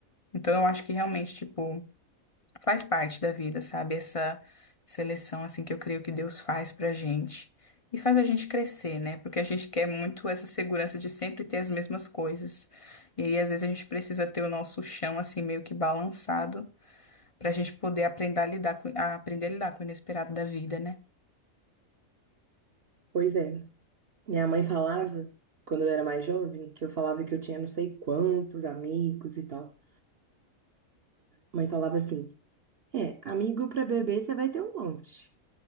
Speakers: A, on the left (about 30°); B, on the right (about 50°).
A: Então eu acho que realmente, tipo faz parte da vida, sabe? Essa seleção assim que eu creio que Deus faz pra gente e faz a gente crescer, né? Porque a gente quer muito essa segurança de sempre ter as mesmas coisas. E aí, às vezes a gente precisa ter o nosso chão assim meio que balançado pra gente poder aprender a lidar com a aprender a lidar com o inesperado da vida, né?
B: Pois é. Minha mãe falava, quando eu era mais jovem, que eu falava que eu tinha não sei quantos amigos e tal. Mãe falava assim: É, amigo para beber você vai ter um monte.